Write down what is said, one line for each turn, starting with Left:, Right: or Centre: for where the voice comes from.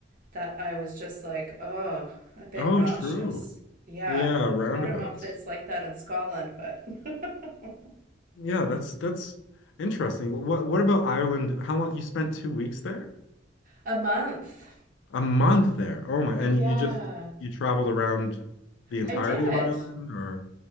Right: that I was just like, oh, a bit
Left: oh
Right: nauseous.
Left: true.
Right: Yeah.
Left: Yeah, roundabouts.
Right: I don't know if it's like that in Scotland, but <laughs>
Left: Yeah, that's that's interesting. What what about Ireland? How long you spent two weeks there?
Right: a month.
Left: A month there. Oh my. And
Right: Yeah,
Left: you just you traveled around the entirety
Right: I did.
Left: of Ireland or